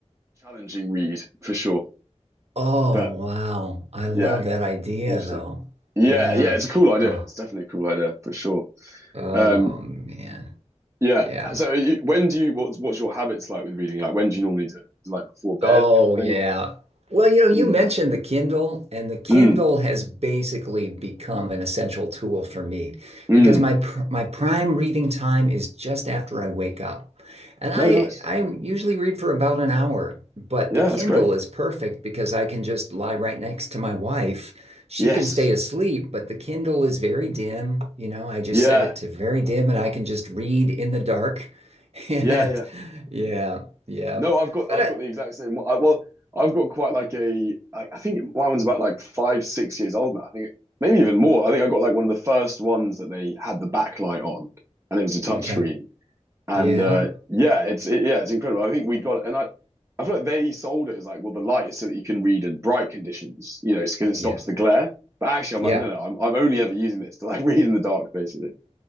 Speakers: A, on the right; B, on the right.
A: Challenging read for sure.
B: Oh,
A: But
B: wow. I love
A: yeah,
B: that idea
A: interesting.
B: though.
A: Yeah,
B: Yeah.
A: yeah, it's a cool idea.
B: Oh,
A: It's definitely a cool idea for sure.
B: oh
A: Um,
B: man.
A: yeah.
B: Yeah.
A: So, you, when do you what's what's your habits like with reading? Like, when do you normally do it? Is it like before bed
B: Oh,
A: kind of thing?
B: yeah.
A: Or
B: Well, you know,
A: mm,
B: you mentioned the Kindle, and the Kindle
A: mm,
B: has basically become an essential tool for me
A: mm.
B: because my pr my prime reading time is just after I wake up. And I
A: No, nice.
B: I usually read for about an hour, but
A: Yeah,
B: the Kindle
A: that's great.
B: is perfect because I can just lie right next to my wife. She
A: Yes.
B: can stay asleep, but the Kindle is very dim. You know, I just
A: Yeah.
B: set it to very dim and I can just read in the dark. <laughs> And
A: Yeah. Yeah.
B: yeah, yeah.
A: No, I've got
B: But
A: I've
B: I
A: got the exact same. I, well, I've got quite like a. I I think my one's about like five, six years old now. I think maybe even more. I think I got like one of the first ones that they had the backlight on, and it was a touchscreen.
B: Okay.
A: And
B: Yeah.
A: uh, yeah, it's it, yeah, it's incredible. I think we got it, and I. I feel like they sold it as like, well, the light is so that you can read in bright conditions, you know, because it stops
B: Yeah.
A: the glare. But actually, I'm
B: Yeah.
A: like, no, no, I'm I'm only ever using this to like <laughs> read in the dark, basically.